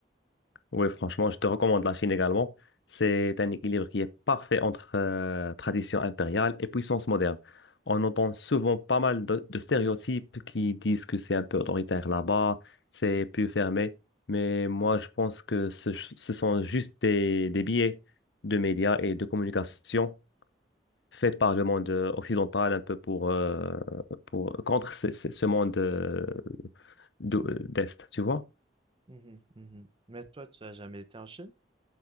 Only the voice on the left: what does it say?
Oui, franchement, je te recommande la Chine également. C'est un équilibre qui est parfait entre euh, tradition impériale et puissance moderne. On entend souvent pas mal de, de stéréotypes qui disent que c'est un peu autoritaire là-bas, c'est plus fermé. Mais moi, je pense que ce, ce sont juste des, des biais de médias et de communication faits par le monde euh, occidental un peu pour, euh, pour contre ce, ce- ce monde euh, d'o- d'Est, tu vois?